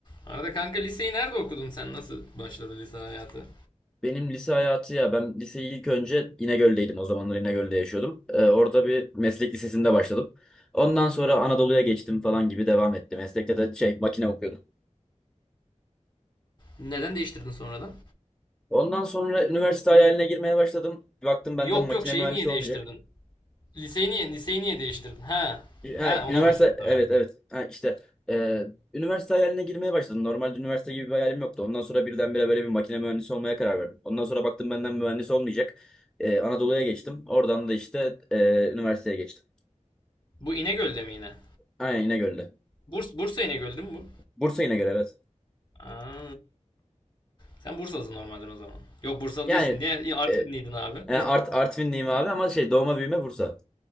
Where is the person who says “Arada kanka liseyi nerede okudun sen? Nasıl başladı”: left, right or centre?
Left